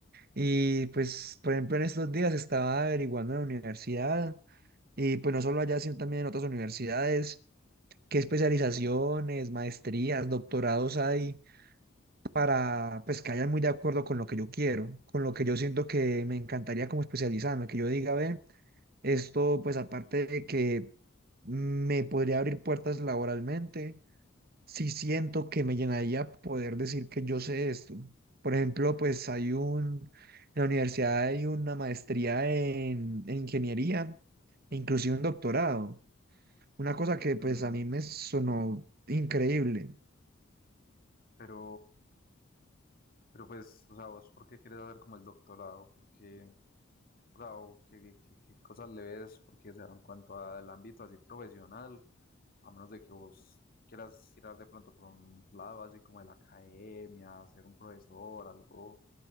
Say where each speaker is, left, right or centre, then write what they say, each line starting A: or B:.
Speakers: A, on the right (about 50°); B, on the left (about 45°).
A: Y pues por ejemplo en estos días estaba averiguando en la universidad y pues no solo allá sino también en otras universidades. qué especializaciones, maestrías, doctorados hay para pues que vayan muy de acuerdo con lo que yo quiero, con lo que yo siento que me encantaría como especializarme, que yo diga, ve, esto pues aparte de que me podría abrir puertas laboralmente, sí siento que me llenaría poder decir que yo sé esto. Por ejemplo, pues hay un, en la universidad hay una maestría en, en ingeniería, e inclusive un doctorado. Una cosa que pues
B: Ujú.
A: a mí me sonó increíble.
B: Pero, pero pues, o sea, ¿vos por qué quieres hacer como el doctorado? Porque, o sea, ¿o qué, qué- qué cosas le ves? Porque, o sea, en cuanto al ámbito así profesional, a menos de que vos quieras tirar de pronto por un lado así como de la academia, ser un profesor, algo,